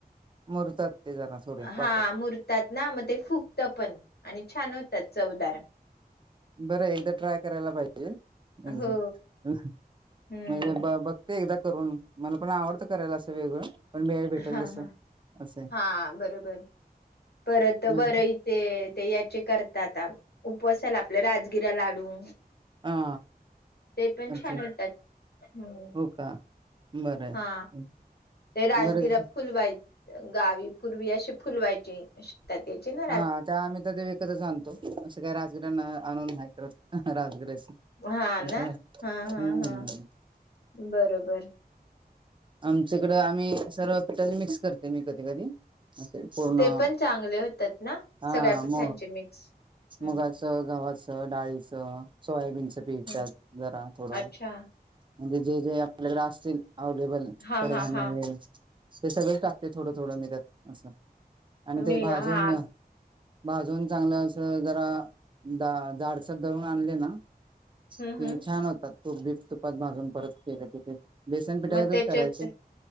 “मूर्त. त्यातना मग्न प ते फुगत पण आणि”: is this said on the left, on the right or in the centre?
Left